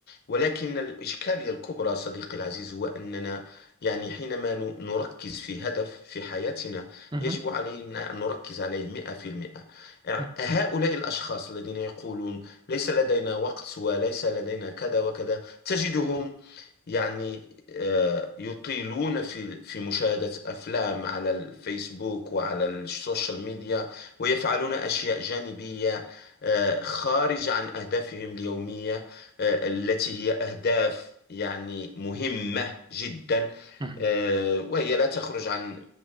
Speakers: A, on the left; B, on the right.
A: ولكن الإشكالية الكبرى صديقي العزيز هو أننا يعني حينما ن- نركز في هدف في حياتنا
B: مهم.
A: يجب علينا أن نركز عليه 100%
B: مهم.
A: هؤلاء الأشخاص الذين يقولون ليس لدينا وقت وليس لدينا كذا وكذا تجدهم يعني آه، يطيلون في في مشاهدة أفلام على الفيسبوك وعلى السوشيال ميديا ويفعلون أشياء جانبية آه، خارجة عن أهدافهم اليومية آه، التي هي أهداف يعني مهمة جدا
B: مهم.
A: آه، وهي لا تخرج عن